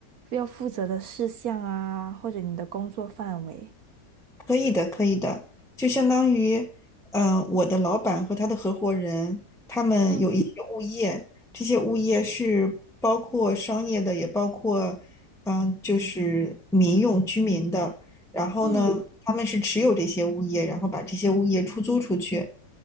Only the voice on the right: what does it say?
要负责的事项啊，或者你的工作范围？
嗯
嗯，